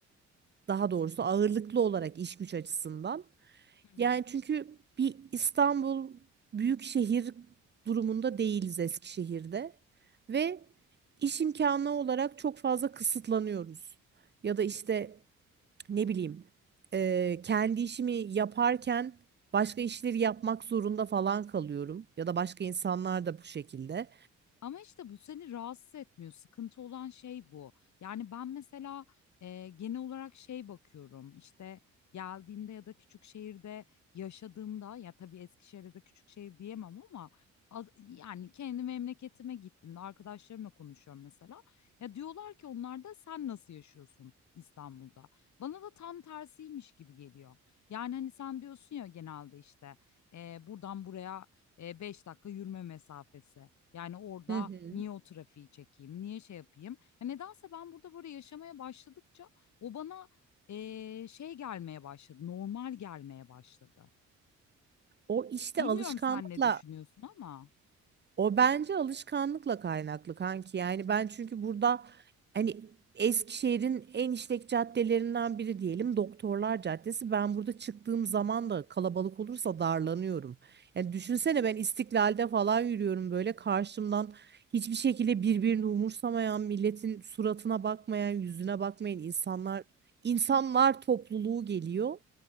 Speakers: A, on the right; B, on the left.
A: Daha doğrusu ağırlıklı olarak iş güç açısından.
B: Hı hı.
A: Yani çünkü bir İstanbul büyük şehir durumunda değiliz Eskişehir'de. Ve iş imkanı olarak çok fazla kısıtlanıyoruz. Ya da işte ne bileyim eee, kendi işimi yaparken başka işleri yapmak zorunda falan kalıyorum ya da başka insanlar da bu şekilde.
B: Ama işte bu seni rahatsız etmiyor. Sıkıntı olan şey bu. Yani ben mesela e, genel olarak şey bakıyorum. İşte geldiğimde ya da küçük şehirde yaşadığımda ya tabii Eskişehir'de de küçük şehir diyemem ama az- yani kendi memleketime gittiğimde arkadaşlarımla konuşuyorum mesela. Ya diyorlar ki onlar da sen nasıl yaşıyorsun İstanbul'da? Bana da tam tersiymiş gibi geliyor. Yani hani sen diyorsun ya genelde işte e, buradan buraya e, 5 dakika yürüme mesafesi. Yani orada
A: Hı hı.
B: niye o trafiği çekeyim, niye şey yapayım? Ya nedense ben burada böyle yaşamaya başladıkça o bana eee, şey gelmeye başladı, normal gelmeye başladı.
A: O işte
B: Bilmiyorum
A: alışkanlıkla
B: sen ne düşünüyorsun ama
A: O bence alışkanlıkla kaynaklı kanki. Yani ben çünkü burada hani Eskişehir'in en işlek caddelerinden biri diyelim Doktorlar Caddesi. Ben burada çıktığım zaman da kalabalık olursa darlanıyorum. Yani düşünsene ben İstiklal'de falan yürüyorum böyle karşımdan hiçbir şekilde birbirini umursamayan, milletin suratına bakmayan, yüzüne bakmayan insanlar insanlar topluluğu geliyor.